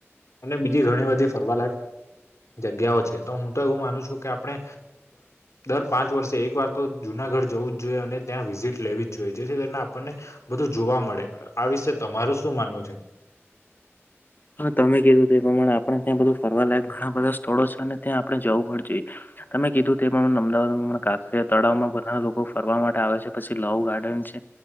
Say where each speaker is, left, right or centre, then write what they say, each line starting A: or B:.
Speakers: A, on the left; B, on the left.
A: અને બીજી ઘણી બધી ફરવા લક જગ્યાઓ છે. તો હું તો એવું માનું છુ, કે આપણે દર પાંચ વર્ષે એક વાર તો જુનાગઢ જવું જ જોઈએ અને ત્યાં વિઝિટ લેવી જ જોઈએ જેથી કરીને આપણને બધું જોવા મળે આ વિશે તમારું શું માનવું છે.
B: હ તમે કીધું તે એ પ્રમાણે આપણે ત્યાં બધું ફરવા લાયક ઘણા બધા સ્થળો છેને ત્યાં આપણે જવું પડ જોઈએ તમે કીધુ તે અમદાવાદમાં કાકરિયા તળાવમાં બધા લોકો ફરવા માટે આવે છે પછી લવ ગાર્ડન છે